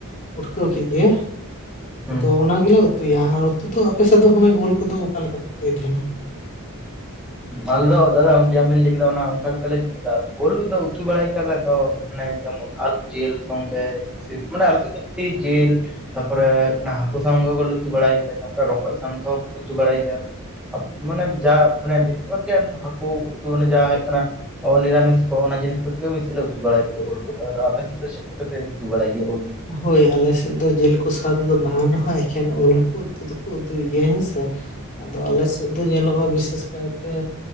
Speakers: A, on the left (about 35°); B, in the centre.
A: ᱩᱴᱠᱟᱹᱣ ᱠᱮᱫ ᱜᱮ
B: ᱦᱩᱸ
A: ᱟᱫᱚ ᱚᱱᱟ ᱜᱮᱞᱮ ᱩᱴᱩ ᱠᱟᱶ ᱩᱛᱩᱭᱟ ᱟᱨ ᱩᱛᱩ ᱫᱚ ᱟᱯᱮᱥᱮᱫ ᱫᱚᱜᱚᱭ ᱚᱞ ᱠᱚᱫᱚ ᱚᱠᱟ ᱞᱮᱠᱟ ᱯᱮ ᱩᱛᱩᱭ ᱛᱟᱦᱮᱱᱟ᱾
B: ᱟᱞᱮ ᱫᱚ ᱫᱟᱫᱟ ᱡᱟᱢᱧ ᱞᱟᱹᱭ ᱠᱮᱫᱟ ᱚᱱᱟ ᱚᱱᱠᱟ ᱠᱟᱛᱮ ᱞᱮ ᱡᱷᱤᱠ ᱠᱮᱫᱟ ᱵᱳᱞ ᱫᱚ ᱩᱛᱩ ᱵᱟᱲᱟᱭ ᱠᱮᱭᱟ ᱞᱮ ᱛᱚ᱾ ᱢᱟᱱᱮ ᱡᱮᱢᱚᱱ ᱟᱞᱩ ᱡᱮᱞ ᱥᱚᱝᱜᱮ ᱢᱟᱱᱮ ᱟᱞᱩ ᱥᱛᱮ ᱥᱮ ᱡᱮᱞ ᱛᱟᱨᱯᱚᱨᱮ ᱦᱟᱹᱠᱩ ᱥᱟᱝ ᱦᱚᱸᱠᱚᱞᱮ ᱩᱛᱩ ᱵᱟᱲᱟᱭ ᱜᱮᱭᱟ ᱛᱟᱯᱚᱨᱮ ᱨᱠᱚᱡ ᱥᱟᱝ ᱠᱚᱚᱸᱠᱚ ᱩᱛᱩ ᱵᱟᱲᱟᱭ ᱜᱮᱭᱟ᱾ ᱢᱟᱱᱮ ᱡᱟ ᱢᱟᱱᱮ ᱵᱮᱥ ᱦᱚᱨ ᱵᱷᱟᱜᱽ ᱜᱮ ᱦᱟᱹᱠᱩ ᱩᱛᱩ ᱡᱟ ᱦᱩᱭᱩᱜ ᱠᱟᱱᱟ᱾ ᱚ ᱱᱤᱨᱟᱢᱤᱥ ᱠᱚ ᱚᱱᱟ ᱡᱤᱱᱤᱥ ᱠᱚ ᱜᱮ ᱵᱤᱥᱤ ᱞᱮ ᱩᱛᱩ ᱵᱟᱲᱟᱭ ᱠᱮᱫ ᱞᱮ ᱟᱯᱮ ᱥᱮᱫ ᱫᱚ ᱪᱮᱫ ᱟᱯᱮ ᱩᱛᱩ ᱵᱟᱲᱟᱭ ᱜᱮᱭᱟᱹ ᱚᱞ?
A: ᱦᱳᱭ ᱟᱞᱮ ᱥᱮᱫ ᱫᱚ ᱡᱮᱞ ᱠᱚ ᱥᱟᱣ ᱵᱟᱝ ᱨᱮᱦᱚᱸ ᱮᱠᱷᱮᱱ ᱩᱞ ᱦᱚᱸ ᱠᱚ ᱩᱛᱩ ᱫᱚᱠᱚ ᱩᱛᱩᱭ ᱜᱮᱭᱟ ᱦᱮᱸᱥᱮ᱾ ᱟᱫᱚ ᱟᱞᱮ ᱥᱮ ᱱᱤᱛᱚᱜ ᱫᱚ ᱧᱮᱞᱚᱜᱼᱟ ᱵᱤᱥᱮᱥ ᱠᱟ. ᱭᱛᱮᱭ